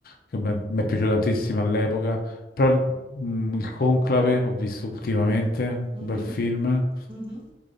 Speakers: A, on the left (about 50°); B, on the right (about 30°).
A: che mi mi è piaciuto tantissimo all'epoca, però mm, il Conclave ho visto ultimamente,
B: Mm.
A: un
B: Mhm.
A: bel film.
B: Mhm.